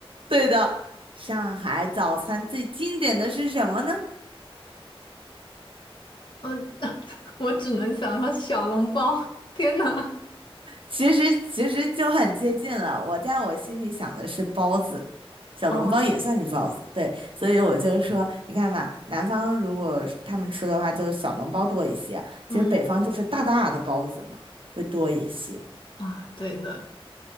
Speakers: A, on the right; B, on the left.
A: 对的，上海早餐最经典的是什么呢？
B: 嗯、<laughs> 我只能想到小笼包。天呐！
A: 其实其实就很接近了。我在我心里想的是包子，小笼包也算是包子，
B: 哦，
A: 对。所以我就说，你看吧，南方如果是他们吃的话，就小笼包多一些；其实北方就是大大的包子嘛，
B: 嗯
A: 会多一些。
B: 啊，对的，